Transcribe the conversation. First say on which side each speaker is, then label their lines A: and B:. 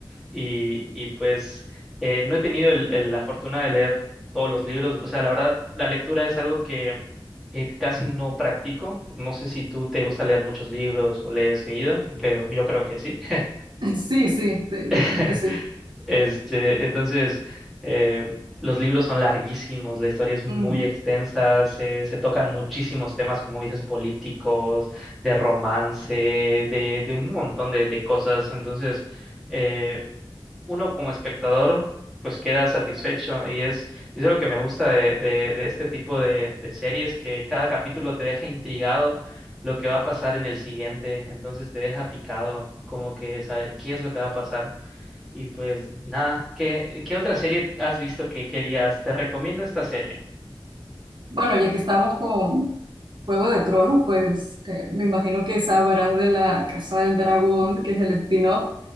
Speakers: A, in the centre; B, on the right.
A: Y, y pues eh, no he tenido el- el- la fortuna de leer todos los libros. O sea, la verdad, la lectura es algo que, que casi no practico. No sé si tú te gusta leer muchos libros o lees seguido, pero yo creo que sí.
B: sí, sí, sí, digamos
A: <laughs>
B: que sí.
A: Este, entonces, eh, los libros son larguísimos, la historia es muy
B: Mm.
A: extensa, se, se tocan muchísimos temas, como dices, políticos, de romance, de, de un montón de, de cosas. Entonces, eh, uno como espectador, pues queda satisfecho y es, y es lo que me gusta de, de, de este tipo de, de series, que cada capítulo te deja intrigado lo que va a pasar en el siguiente, entonces te deja picado, como que saber qué es lo que va a pasar. Y pues nada, ¿qué, qué otra serie has visto que, que digas, te recomiendo esta serie?
B: Bueno, ya que estamos con Juego de Tronos, pues eh, me imagino que sabrás de la Casa del Dragón, que es el spin-off,